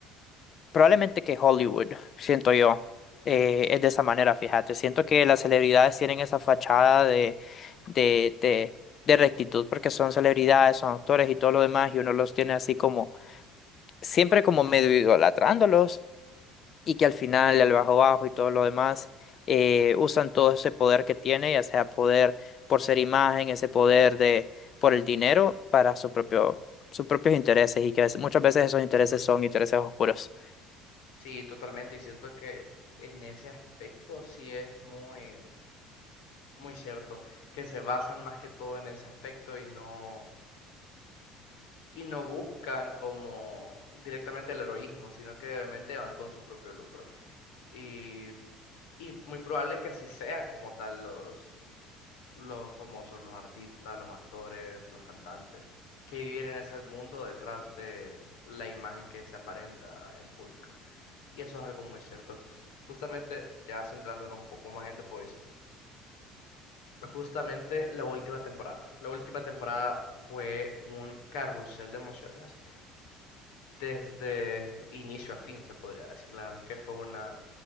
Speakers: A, on the left (about 45°); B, on the left (about 85°).
A: Probablemente que Hollywood, siento yo, eh, es de esa manera, fíjate. Siento que las celebridades tienen esa fachada de, de, de, de rectitud porque son celebridades, son actores y todo lo demás, y uno los tiene así como, siempre como medio idolatrándolos, y que al final, al bajo bajo y todo lo demás, eh, usan todo ese poder que tiene, ya sea poder por ser imagen, ese poder de, por el dinero, para su propio, sus propios intereses, y que es- muchas veces esos intereses son intereses oscuros.
B: Sí, totalmente, y cierto que en ese aspecto sí es muy, muy cierto, que se basan más que todo en ese aspecto y no y no buscan como directamente el heroísmo, sino que obviamente van con su propio lucro. Y, y muy probable que así sea como tal los, los famosos, los artistas, los actores, los cantantes, que viven en ese mundo detrás de la imagen que se aparenta en público. Y eso es algo muy cierto. Justamente, ya centrándonos un poco más en The Voice, justamente la última temporada. La última temporada fue un carrusel de emociones desde inicio a fin, se podría decir. La verdad es que fue una,